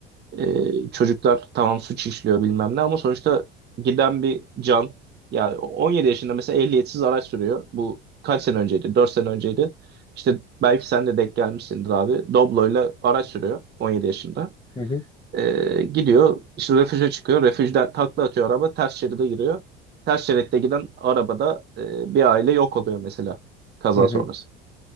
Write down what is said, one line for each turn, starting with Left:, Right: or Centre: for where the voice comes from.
Right: ee, çocuklar tamam suç işliyor bilmem ne ama sonuçta giden bir can yani 17 yaşında mesela ehliyetsiz araç sürüyor. Bu kaç sene önceydi? 4 sene önceydi. İşte belki sen de denk gelmişsindir abi. Doblo'yla araç sürüyor 17 yaşında.
Left: hı hı,
Right: Ee, gidiyor işte refüje çıkıyor. Refüjden takla atıyor araba ters şeride giriyor. Ters şeritte giden arabada e, bir aile yok oluyor mesela kaza
Left: hı hı.
Right: sonrası.